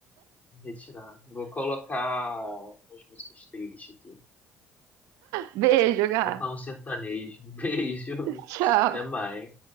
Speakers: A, on the left; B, on the right.
A: me Retirar. Vou colocar umas músicas tristes aqui.
B: Beijo, Gá.
A: Vou colocar um sertanejo. <laughs> Beijo.
B: Tchau.
A: Até mais.